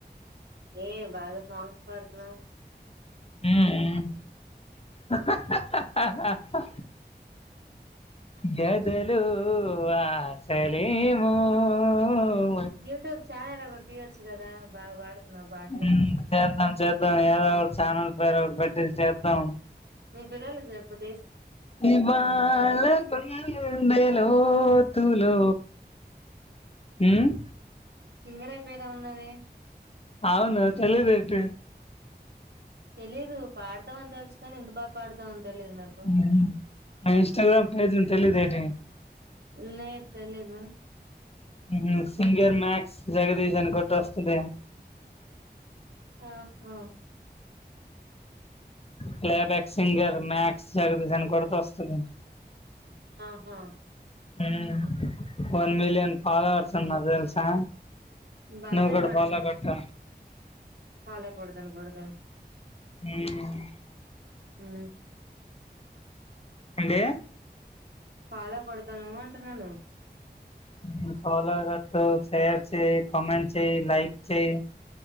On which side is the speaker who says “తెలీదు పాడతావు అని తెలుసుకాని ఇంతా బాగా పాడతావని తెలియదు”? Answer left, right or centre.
Right